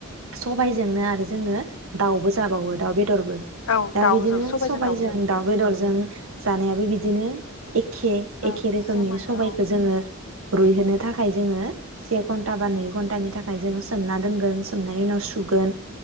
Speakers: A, on the right; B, on the left.
A: सबायजोंनो आरो जोंङो दाउबो जाबावो दाउ बेदरबो।
B: औ
A: दा
B: दाउजों
A: बिदिनो सबायजों
B: दाउजों
A: दाउ बेदरजों जानायाबो बिदिनो। एखे एखे
B: औ
A: रोखोमनि
B: सेमानो
A: सबाइखौ जोंङो रुइहोनो थाखाय जोंङो से घन्टा बा नै घन्टानि थाखाय जोंङो सोमना दोनगोन सोमनायनि उनाव सुगोन।